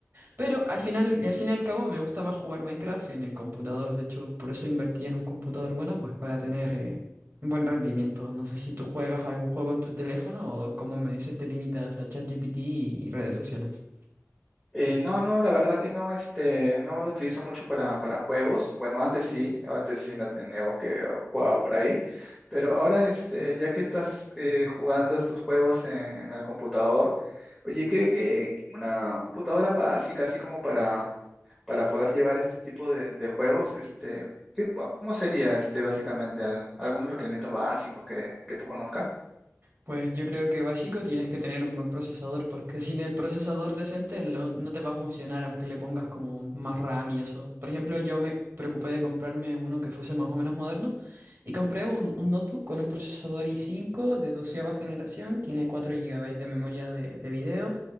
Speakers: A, on the right; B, in the centre.
A: Pero al final, al fin y al cabo me gusta más jugar Minecraft en el computador, de hecho por eso invertí en un computador bueno, pues para tener eh, un buen rendimiento. No sé si tú juegas algún juego en tu teléfono o como me dices te limitas a ChatGPT y redes sociales.
B: Eh, no, no, la verdad que no, este, no lo utilizo mucho para, para juegos. Bueno, antes sí, antes sí no tenía o que jugaba por ahí. Pero ahora, este, ya que estás eh, jugando estos juegos en, en el computador, oye, que, que una computadora básica, así como para, para poder llevar este tipo de, de juegos, este, ¿qué- bueno, cómo sería este básicamente? ¿Al- algunos requerimientos básicos que, que tú conozcas?
A: Pues yo creo que básico tienes que tener un buen procesador, porque <laughs> sin el procesador decente lo- no te va a funcionar, aunque le pongas como más RAM y eso. Por ejemplo, yo me preocupé de comprarme uno que fuese más o menos moderno y compré un, un notebook con un procesador i5 de doceava generación, tiene 4 gigabytes de memoria de, de video